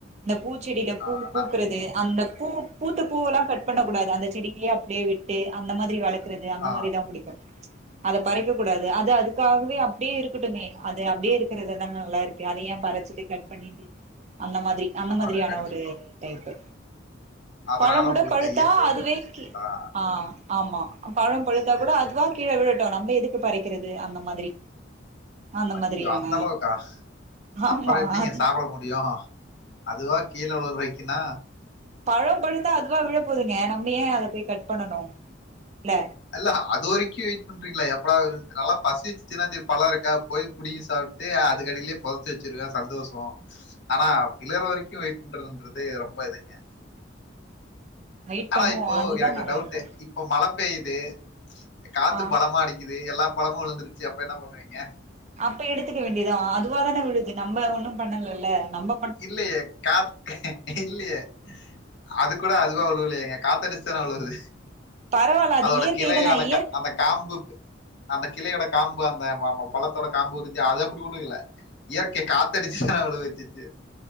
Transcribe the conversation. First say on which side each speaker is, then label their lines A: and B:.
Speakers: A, on the right; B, on the left.
A: இந்த பூச்செடில
B: ஆ,
A: பூ பூக்கறது
B: நான்
A: அந்த பூ பூத்த பூவுல்லா கட் பண்ணக் கூடாது அந்த செடிக்கிலயே அப்புடியே விட்டு அந்த மாதிரி வள க்கறது அந்த
B: ஆ,
A: மாறிதா புடிக்கு அத பறிக்க கூடாது அது அதுக்காகவே அப்டியே இருக்கட்டுமே அது அப்டியே இருக்கிறதுதா நல்லா இருக்கு அத ஏ பறிச்சிட்டு கட் பண்ணிட்டு அந்த மாதிரி அந்த
B: ஆமாங்க.
A: மாதிரியான
B: கண்டிப்பா.
A: ஒரு டைப்பு
B: அதனால
A: பழோ கூட
B: உங்களுக்கு
A: பழுத்தா
B: இயற்கை ரொம்ப
A: அதுவே
B: புடிச்சிருக்குங்களா?
A: கீ ஆ ஆமா பழோ பழுத்தா
B: சரி,
A: கூட
B: சரிங்க.
A: அதுவா கீழ விழட்டு நம்ப எதுக்கு பறிக்கிறது அந்த மாதிரி அந்த
B: ஐய்யயோ
A: மாதிரியான
B: அந்த அளவுக்கா
A: ஆமா
B: அப்பறோ எப்டிங்க
A: அது
B: சாப்பிட முடியு அதுவா கீழே உழுற வரைக்குனா
A: பழோ பழுத்தா அதுவா விழ போதுங்க நம்ம ஏ அத போய் கட் பண்ணணு இல்ல
B: அல்ல அது வரைக்கு வெயிட் பண்றீங்களா எப்படா வேணும்ட்டு நல்லா பசிச்சிசுனா தின்ன பழோ இருக்கா போயி புடிங்கி சாப் ட்டு அதுக்கடிலியே பொதச்சு வச்சிருவே சந்தோஷோ ஆனா விழற வரைக்கு வெயிட் பண்றதுன்றது ரொம்ப இதுங்க
A: வெயிட்
B: ஆனா
A: பண்ணுவோ
B: இப்போ
A: அதுதா
B: எனக்கு
A: நல்லா
B: ஒரு டவுட்
A: இருக்கு
B: இப்ப மழ பெய்யுது காத்து
A: ஆ
B: பழமா அடிக்குது எல்லா பழமு விழுந்துருச்சு அப்ப என்ன பண்ணுவீங்க
A: அப்ப எடுத்துக்க வேண்டிதா அதுவா தான விழுது நம்ம ஒண்ணு பண்ணலல்ல நம்ப
B: இல்லையே காத் இல்லையே அது கூட அதுவா உழுவுலயேங்க காத்தடிச்சு தானே உழுவுது
A: பரவால்ல அது
B: அதோட
A: இயற்கை
B: கிளையத
A: தான இயற்
B: அந்தக் காம்பு அந்த கிளையோட காம்பு அந்த பழத்தோட காம்பு உரிஞ்சு அது அப்டி உழுகல இயற்கை காத்த அடிச்சுதான விழ வச்சிச்சு